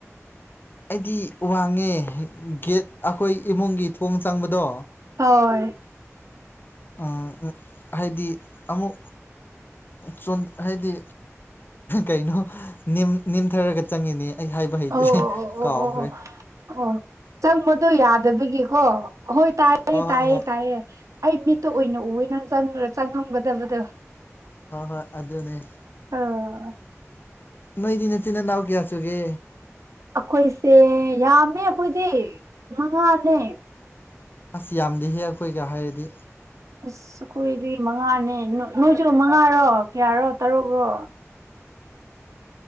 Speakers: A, on the left; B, on the right.
A: ꯑꯩꯗꯤ ꯋꯥꯡꯉꯦ ꯒꯦꯠ ꯑꯩꯈꯣꯏ ꯏꯃꯨꯡꯒꯤ ꯊꯣꯡ ꯆꯪꯕꯗꯣ
B: ꯍꯣꯏ
A: ꯎꯝ ꯎꯝ ꯍꯥꯏꯗꯤ ꯑꯃꯨꯛ ꯆꯣꯟ ꯍꯥꯏꯗꯤ ꯀꯩꯅꯣ ꯅꯤꯝ ꯅꯤꯝꯊꯔꯒ ꯆꯪꯉꯤꯅꯦ ꯑꯩ ꯍꯥꯏꯕ ꯍꯩꯇ꯭ꯔꯦ
B: ꯑꯣ ꯑꯣ ꯑꯣ ꯑꯣ
A: ꯀꯥꯎꯒ꯭ꯔꯦ
B: ꯑꯣ ꯑꯣ ꯆꯪꯕꯗꯣ ꯌꯥꯗꯕꯒꯤꯀꯣ ꯍꯣꯏ ꯇꯥꯏꯌꯦ
A: ꯍꯣꯏ ꯍꯣꯏ
B: ꯇꯥꯏꯌꯦ
A: ꯍꯣꯏ
B: ꯇꯥꯏꯌꯦ ꯑꯩ ꯃꯤꯠꯇ ꯑꯣꯏꯅ ꯎꯋꯦ ꯅꯪ ꯆꯪ ꯆꯪꯉꯝꯒꯗꯕꯗꯣ
A: ꯍꯣꯏ ꯍꯣꯏ ꯑꯗꯨꯅꯦ
B: ꯑꯥ
A: ꯅꯣꯏꯗꯤ ꯅꯆꯤꯟ ꯅꯅꯥꯎ ꯀꯌꯥꯁꯨꯒꯦ
B: ꯑꯈꯣꯏꯁꯦ ꯌꯥꯝꯃꯦ ꯑꯈꯣꯏꯗꯤ ꯃꯉꯥꯅꯦ
A: ꯑꯁ ꯌꯥꯝꯗꯦ ꯍꯦ ꯑꯈꯣꯏꯒ ꯍꯥꯏꯔꯗꯤ
B: ꯑꯁ ꯑꯈꯣꯏꯗꯤ ꯃꯉꯥꯅꯦ ꯅꯣꯏꯁꯨ ꯃꯉꯥꯔꯣ ꯀꯌꯥꯔꯣ ꯇꯔꯨꯛꯔꯣ